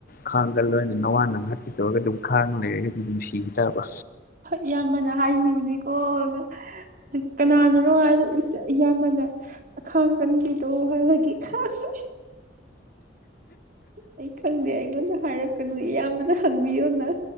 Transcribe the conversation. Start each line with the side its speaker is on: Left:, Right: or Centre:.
Left: ꯈꯥꯡꯀꯜꯂꯣ ꯍꯥꯏꯅ ꯅꯋꯥꯅ ꯍꯠꯀꯦ ꯇꯧꯔꯒ ꯑꯗꯨꯝ ꯈꯥꯡꯉꯥ ꯂꯩꯔꯒꯗꯤ ꯗꯨꯝ ꯁꯤꯈꯤꯇꯥꯕ
Right: ꯏꯌꯥꯝꯕꯅ ꯍꯥꯏꯈꯤꯕꯅꯦꯀꯣꯅ ꯀꯅꯥꯅꯥꯔꯣ ꯍꯥꯏꯔ ꯏꯁ ꯏꯌꯥꯝꯕꯅ ꯑꯈꯥꯡꯀꯟꯕꯤꯗꯣ ꯍꯥꯏꯕꯒꯤ ꯈꯥꯡꯕꯅꯤ ꯑꯩ ꯈꯪꯗꯦ ꯑꯩꯉꯣꯟꯗ ꯍꯥꯏꯔꯛꯀꯅꯨ ꯏꯌꯥꯝꯕꯗ ꯍꯪꯕꯤꯌꯣꯅ